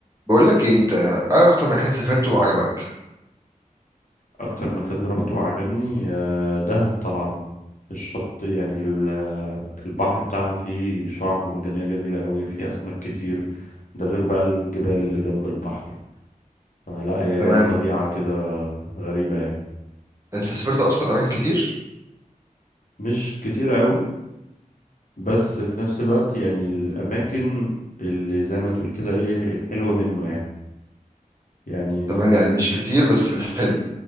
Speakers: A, on the right (about 20°); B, on the left (about 70°).
A: بقول لك ايه انت ايه اكتر مكان سافرته وعجبك
B: اكتر مكان روحته وعجبني آه، دهب طبعا الشط يعني ال- آه، البحر بتاعها فيه شعاب مرجانية جميلة قوي فيه اسماك كتير ده غير بقى الجبال اللي جنب البحر فلا هي ليها
A: تمام
B: طبيعة كده غريبة يعني
A: انت سافرت اصلا اماكن كتير
B: مش كتير قوي بس في نفس الوقت يعني الاماكن اللي زي ما تقول كده ايه الحلو منه يعني يعني مثلا
A: تمام يعني مش كتير بس الحلو